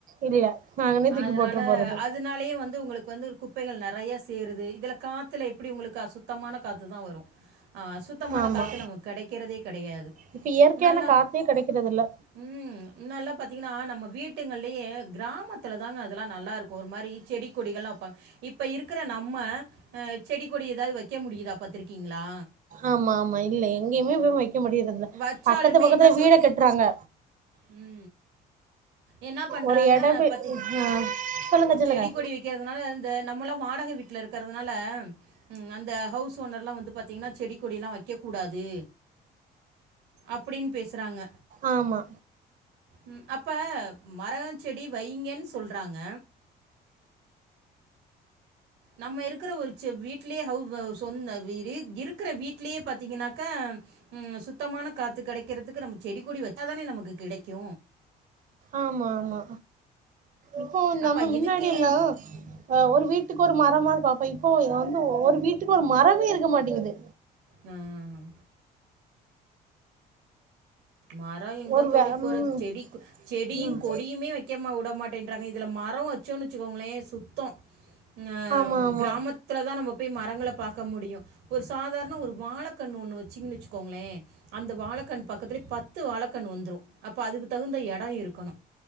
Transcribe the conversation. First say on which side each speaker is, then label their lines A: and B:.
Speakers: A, on the right; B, on the right.
A: இல்ல நாங்களே தூக்கி
B: அதனால
A: போட்ரு போறது
B: அதனாலயே வந்து உங்களுக் வந்து குப்பைகள் நெறைய சேருது இதுல காத்துல எப்டி உங்களுக்கு அசுத்தமான காத்துதா வரு அ சுத்தமான
A: ஆமா
B: காத்து நமக்கு கடைக்கிறதே கடையாது
A: இப்ப இயற்கையான
B: முன்னாலா
A: காத்தே கெடைக்கிறது இல்ல
B: உம் முன்னால்லா பாத்தீங்கனா நம்ம வீட்டுங்கலயே கிராமத்தில தாங்க அதெல்லா நல்லா இருக்கு ஒரு மாரி செடி கொடிகள்லா வெப்பாங்க இப்ப இருக்குற நம்ம அ செடி கொடி எதாது வெக்க முடியுதா பாத்துருக்கீங்ளா
A: ஆமா ஆமா இல்ல எங்கேயுமே போய் வெக்க முடியறதுல
B: வச்சாலுமே
A: பக்கத்து பக்கத்துல
B: என்ன
A: வீட கட்டுறாங்க
B: ம் என்னா பண்ண
A: ஒரு
B: றாங்க
A: எடவு
B: பத்தி
A: ஆ சொல்லுங்க சொல்லுங்க
B: செடி கொடி வெக்கறதுனால இந்த நம்மள வாடக வீட்ல இருக்கறதுனால அ அந்த ஹவுஸ் வீட்டு ஒன்னர்லா வந்து பாத்தீங்கன்னா செடி கொடி எல்லா வெக்கக்கூடாது அப்பிடின்னு பேசுறாங்க
A: ஆமா
B: ம் அப்ப மர செடி வைங்கன்னு சொல்றாங்க நம்ம இருக்குற ஒரு செ வீட்லயே ஹவ் தொந்த வீடு இருக்குற வீட்லயே பாத்தீங்கன்னாக்கா ம் சுத்தமான காத்து கெடைக்கிறதுக்கு நம்ம செடி கொடி வெச்சா தான நமக்கு கெடைக்கு
A: ஆமா ஆமா இப்போ நம்ம
B: அப்பா
A: முன்னாடி
B: இதுக்கே
A: எல்லா அ ஒரு வீட்டுக்கு ஒரு மரமா இருக்கு அப்ப இப்போ இத வந்து ஒவ்வொரு வீட்டுக்கு ஒரு மரமே இருக்க மாட்டேங்குது
B: ம் மாரோ எங்க
A: ஒரு
B: தோழி
A: வே
B: போறது
A: ம்
B: செடி செடியு
A: ம்
B: கொடியுமே வெக்க வுட மாட்டேன்றாங்க இது இதுல மரோ வெச்சோன்னு வெச்சுக்கோங்களே சுத்தோ அ
A: ஆமா ஆமா
B: கிராமத்துல தா நம்ம போய் மரங்கள பாக்க முடியு ஒரு சாதாரண ஒரு வாழக்கண்ணு ஒன்னு வெச்சிங்கன்னு வெச்சுக்கோங்களே அந்த வாழக்கண் பக்கத்துலே வாழக்கண்ணு வந்துரு அப்ப அதுக்கு தகுந்த எடோ இருக்கணு